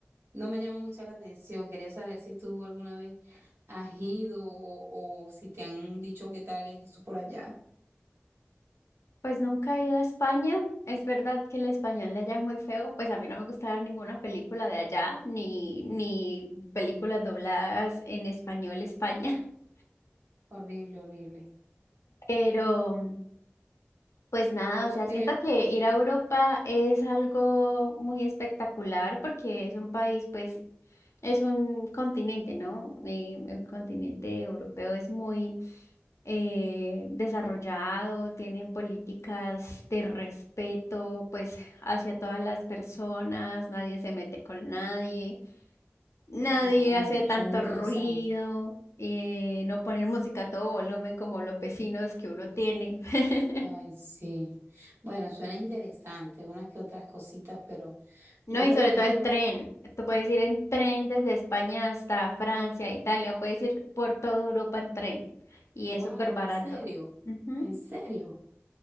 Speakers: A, on the right; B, on the left.
A: no me llama mucho la atención. Quería saber si tú alguna vez has ido o, o si te han dicho qué tal es eso por allá.
B: Pues nunca he ido a España. Es verdad que el español de allá es muy feo. Pues a mí no me gusta ver ninguna película de allá, ni, ni películas dobladas en español España. <laughs>
A: Horrible, horrible.
B: Pero, pues nada,
A: Yo
B: o sea,
A: creo,
B: siento que ir a Europa es algo muy espectacular porque es un país, pues, es un continente, ¿no? Eh, el continente europeo es muy eh, desarrollado, tienen políticas de respeto, pues, hacia todas las personas, nadie se mete con nadie, nadie
A: ay,
B: hace tanto
A: suena interesante.
B: ruido, eh, no ponen música a todo volumen como los vecinos que uno tiene. <laughs>
A: Ay, sí. Bueno, suena interesante, unas que otras cositas, pero
B: No,
A: yo,
B: y
A: por
B: sobre
A: ejemplo,
B: todo el tren. Tú puedes ir en tren desde España hasta Francia, Italia, puedes ir por toda Europa en tren y
A: wow,
B: es súper barato.
A: en serio,
B: Ujú.
A: en serio.